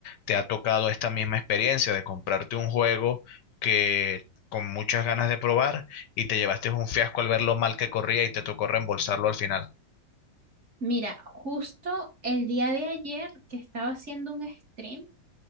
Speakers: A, on the left; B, on the right.
A: te ha tocado esta misma experiencia de comprarte un juego que con muchas ganas de probar y te llevaste un fiasco al ver lo mal que corría y te tocó reembolsarlo al final.
B: Mira, justo el día de ayer que estaba haciendo un stream,